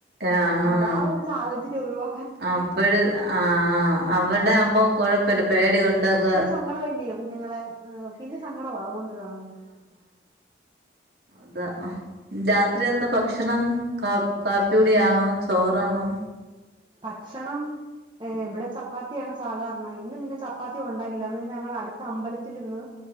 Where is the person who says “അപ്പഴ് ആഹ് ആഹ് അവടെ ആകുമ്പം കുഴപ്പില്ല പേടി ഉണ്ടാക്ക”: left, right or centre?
Right